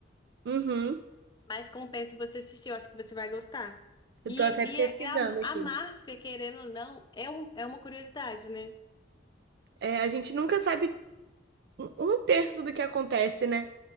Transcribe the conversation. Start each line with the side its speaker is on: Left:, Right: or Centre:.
Right: Uhum.
Left: Mas compensa você assistir, eu acho que você vai gostar.
Right: Eu
Left: E,
Right: tô até
Left: e,
Right: pesquisando
Left: é- é a,
Right: aqui.
Left: a máfia, querendo ou não, é, um- é uma curiosidade, né?
Right: É, a gente nunca sabe um um terço do que acontece, né?